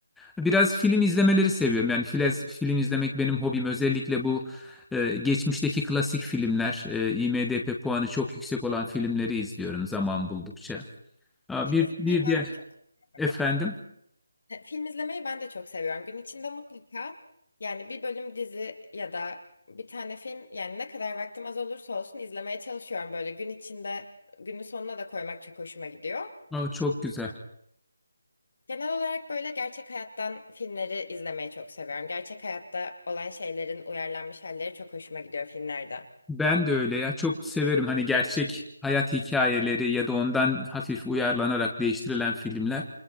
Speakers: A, in the centre; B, on the left.
A: Biraz film izlemeleri seviyorum. Yani filez, film izlemek benim hobim. Özellikle bu e, geçmişteki klasik filmler, e, IMDb puanı çok yüksek olan filmleri izliyorum zaman buldukça. Aa,
B: Film
A: bir
B: izlemeyi
A: bir
B: ben
A: diğer
B: de çok seviyorum.
A: efendim.
B: E, Film izlemeyi ben de çok seviyorum. Gün içinde mutlaka yani bir bölüm dizi ya da bir tane film yani ne kadar vaktim az olursa olsun izlemeye çalışıyorum böyle gün içinde günün sonuna da koymak çok hoşuma gidiyor.
A: O çok güzel.
B: Genel olarak böyle gerçek hayattan filmleri izlemeyi çok seviyorum. Gerçek hayatta olan şeylerin uyarlanmış halleri çok hoşuma gidiyor filmlerde.
A: Ben de öyle ya çok severim hani gerçek hayat hikayeleri ya da ondan hafif uyarlanarak değiştirilen filmler